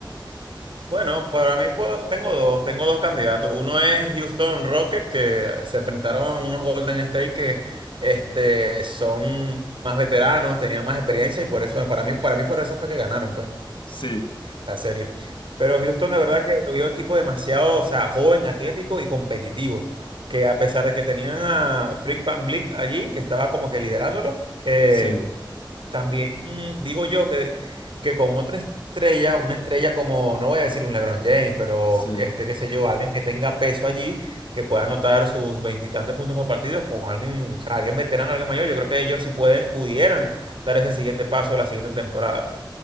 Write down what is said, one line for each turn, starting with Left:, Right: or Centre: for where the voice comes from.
Right: Bueno, para mí puedo- tengo dos, tengo dos candidatos. Uno es Houston Rockets, que se enfrentaron a unos Golden State que este, son más veteranos, tenían más experiencia y por eso, para mí, para mí por eso fue que ganaron pues,
Left: Sí,
Right: la serie. Pero Houston de verdad que lo vio un equipo demasiado, o sea, joven, atlético y competitivo, que a pesar de que tenían a Freak Van Vliet allí, que estaba como que liderándolo, eh,
Left: sí.
Right: también mm, digo yo que, que con otra estrella, una estrella como, no voy a decir un LeBron James, pero
Left: Sí,
Right: este, qué sé yo, alguien que tenga peso allí, que pueda anotar sus veintitantos puntos por partido, con alguien, o sea, alguien veterano, alguien mayor, yo creo que ellos sí pueden, pudieran dar ese siguiente paso la siguiente temporada, pues.